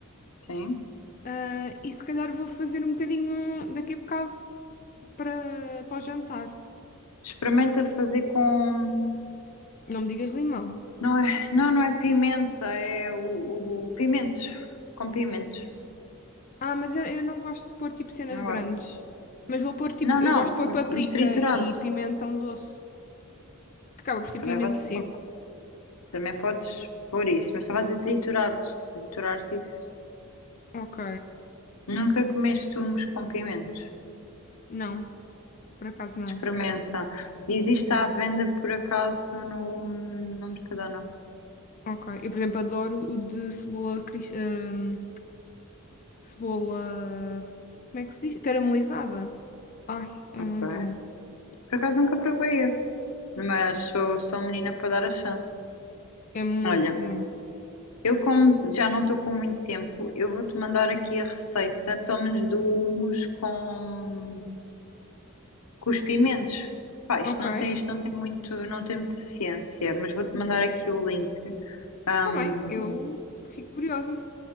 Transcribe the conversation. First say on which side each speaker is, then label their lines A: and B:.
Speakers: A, on the left; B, on the left.
A: sim.
B: Ah, e se calhar vou fazer um bocadinho daqui a bocado para, para o jantar.
A: Experimenta fazer com.
B: Não me digas limão.
A: Não é, não, não é pimenta, é o, o pimentos. Com pimentos.
B: Ah, mas eu, eu não gosto de pôr tipo cenas
A: Não
B: grandes.
A: gostas?
B: Mas vou pôr tipo,
A: Não, não,
B: eu gosto de pôr
A: m-
B: paprika
A: mas triturado.
B: e pimentão doce, que acaba por ser
A: Também
B: pimento
A: podes,
B: seco.
A: pôr- também podes pôr isso, mas só a dizer triturado. Triturares isso.
B: Ok.
A: Nunca comeste humos com pimentos.
B: Não, por acaso não.
A: Experimenta. Existe à venda por acaso no, no Mercadona.
B: Ok. Eu, por exemplo, adoro o de cebola, cris- hum, cebola, como é que se diz? Caramelizada. Ai, é
A: Ok.
B: muito bom.
A: Por acaso nunca provei esse, mas sou, sou menina para dar a chance.
B: É muito
A: Olha,
B: bom.
A: eu como já não estou com muito tempo, eu vou-te mandar aqui a receita, pelo menos do hummus com, com os pimentos. Pá, isto
B: Ok,
A: não tem, isto não tem muito, não tem muita ciência, mas vou-te mandar aqui o link. Ahm,
B: tá bem. Eu fico curiosa.